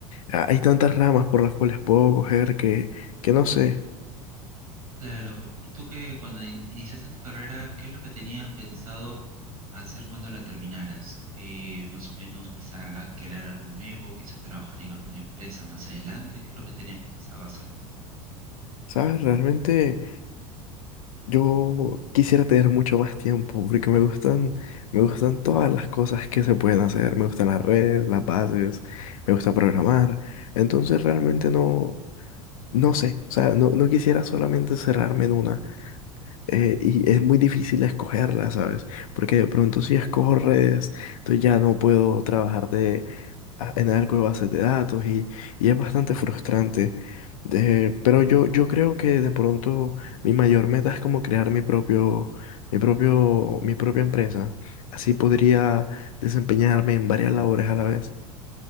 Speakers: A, on the left (about 65°); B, on the right (about 80°).
A: a- hay tantas ramas por las cuales puedo coger que, que no sé,
B: Claro, y tú que cuando in- iniciaste tu carrera, ¿qué es lo que tenías pensado hacer cuando la terminaras? Eh, más o menos quizá crear algo nuevo, quizá trabajar en alguna empresa más adelante, ¿qué es lo que tenías pensado hacer?
A: ¿sabes? Realmente... Yo quisiera tener mucho más tiempo porque me gustan, me gustan todas las cosas que se pueden hacer. Me gustan las redes, las bases, me gusta programar. Entonces realmente no, no sé. O sea, no, no quisiera solamente cerrarme en una. eh, y es muy difícil escogerla, ¿sabes? Porque de pronto si escojo redes, entonces ya no puedo trabajar de a- en algo de bases de datos y, y es bastante frustrante. De- pero yo, yo creo que de pronto mi mayor meta es como crear mi propio, mi propio, mi propia empresa. Así podría desempeñarme en varias labores a la vez.